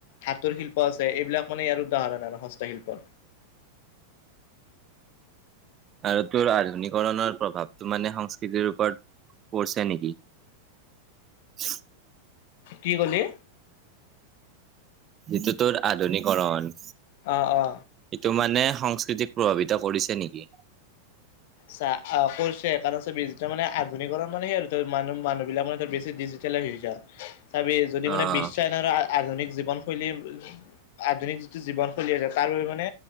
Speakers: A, on the left; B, on the right.
A: ধাতুৰ শিল্প আছে এইবিলাক মানে আৰু দাহৰণ আৰু হস্ত শিল্পৰ
B: আৰু তোৰ আধুনিকৰণৰ প্ৰভাৱটো মানে সংস্কৃতিৰ ওপৰত পৰিছে নেকি <unintelligible>
A: কি ক'লি
B: এইটো তোৰ আধুনিকৰন
A: অ অ
B: সেইটো মানে সংস্কৃতিক প্ৰভাৱিত কৰিছে নেকি
A: চা আ কৰিছে কাৰণ চাবি মানে আধুনিককৰণ মানে সেই আৰু মানু মানুহবিলাক মানে বেছি ডিজিতেল হৈছে আৰু চাবি যদি
B: অ'
A: মানে বিশ্বই না না আধুনিক জীৱনশৈলী আধুনিক যিটো জীৱনশৈলী আছে তাৰ বাবে মানে